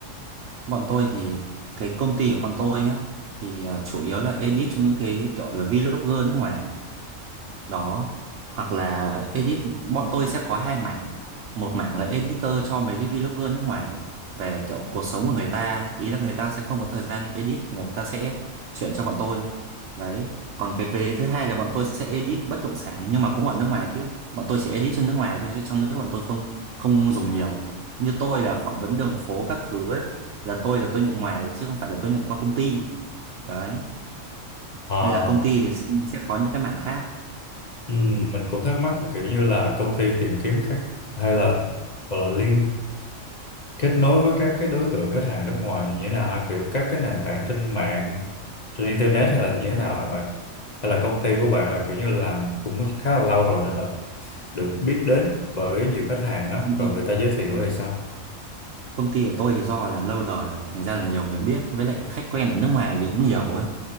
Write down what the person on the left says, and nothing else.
Ờ,
ừ, mình cũng thắc mắc là kiểu như là công ty tìm kiếm các hay là gọi là liên kết nối với các cái đối tượng khách hàng nước ngoài này như thế nào hả? kiểu các cái nền tảng trên mạng trên internet hay là như thế nào hả bạn hay là công ty của bạn là kiểu như làm cũng khá là lâu rồi nên là được biết đến bởi nhiều khách hàng á
rồi
người ta giới
thiệu
hay sao